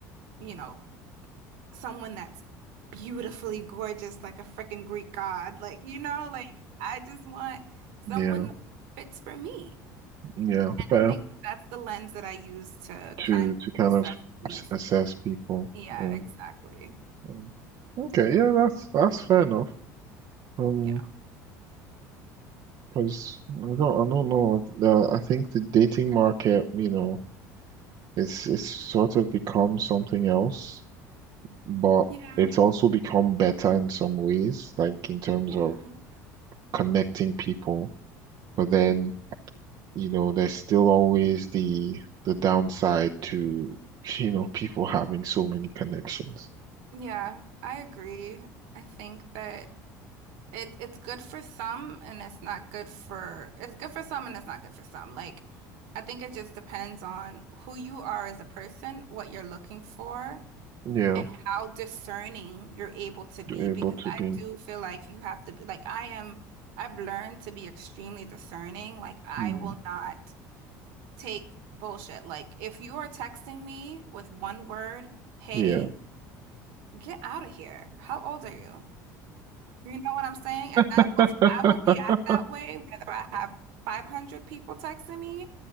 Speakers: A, on the right (about 70°); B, on the right (about 55°).
A: you know, someone that's beautifully gorgeous like a freaking Greek god. Like, you know, like I just want someone
B: yeah,
A: that fits for me.
B: yeah, fair
A: I think that's the lens that I use to kind
B: to
A: of
B: to kind
A: assess
B: of
A: these.
B: s- assess people,
A: Yeah,
B: yeah.
A: exactly.
B: Mm. Okay, yeah, that's that's fair enough. Um,
A: Yeah.
B: because I don't, I don't know. The, I think the dating market, you know, it's it's sort of become something else, but
A: Yeah.
B: it's also become better in some ways, like in terms
A: Yeah.
B: of connecting people. But then, you know, there's still always the the downside to, <laughs> you know, people having so many connections.
A: Yeah, I agree. I think that It it's good for some and it's not good for it's good for some and it's not good for some. Like I think it just depends on who you are as a person, what you're looking for,
B: Yeah,
A: how discerning you're able to be.
B: able
A: Because
B: to be.
A: I do feel like you have to be like I am I've learned to be extremely discerning. Like I
B: Mm.
A: will not take bullshit. Like if you are texting me with one word, hey,
B: Yeah.
A: get out of here. How old are you? You know what I'm saying? And I
B: <laughs>
A: will I will react that way whether I have 500 people texting me